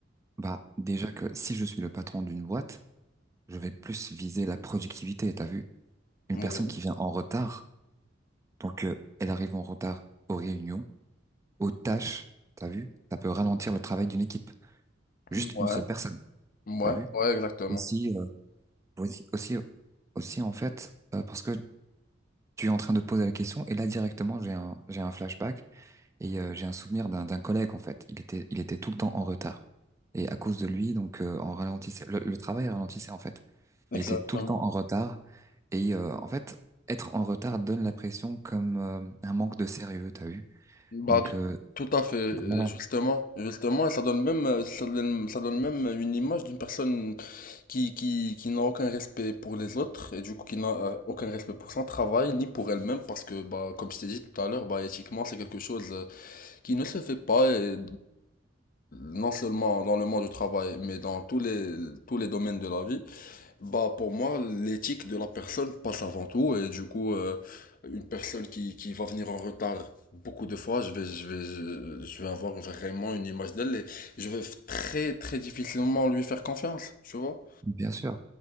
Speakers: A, on the right (about 15°); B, on the left (about 45°).
A: Bah, déjà que si je suis le patron d'une boîte, je vais plus viser la productivité, t'as vu? Une
B: Oui.
A: personne qui vient en retard, donc euh, elle arrive en retard aux réunions, aux tâches, t'as vu? Ça peut ralentir le travail d'une équipe. Juste
B: Ouais,
A: une seule personne,
B: ouais,
A: t'as vu?
B: ouais, exactement.
A: Aussi, euh, aussi, aussi, aussi en fait, euh, parce que Tu es en train de poser la question et là directement j'ai un j'ai un flashback et euh, j'ai un souvenir d'un d'un collègue en fait. Il était il était tout le temps en retard et à cause de lui donc euh, on ralentissait le, le travail ralentissait en fait.
B: Exactement.
A: Il était tout le temps en retard et euh, en fait être en retard donne la pression comme euh, un manque de sérieux t'as vu.
B: Bah,
A: Donc
B: tout,
A: euh,
B: tout à fait, euh,
A: voilà,
B: justement, justement, et ça donne même, euh, ça donne, ça donne même une image d'une personne qui, qui, qui n'a aucun respect pour les autres, et du coup qui n'a euh, aucun respect pour son travail, ni pour elle-même, parce que, bah, comme je t'ai dit tout à l'heure, bah, éthiquement, c'est quelque chose euh, qui ne se fait pas, et, non seulement dans le monde du travail, mais dans tous les, tous les domaines de la vie, bah pour moi, l'éthique de la personne passe avant tout. Et du coup, euh, une personne qui, qui va venir en retard beaucoup de fois, je vais, je vais, je, vais avoir vraiment une image d'elle et je vais très, très difficilement lui faire confiance, tu vois?
A: bien sûr.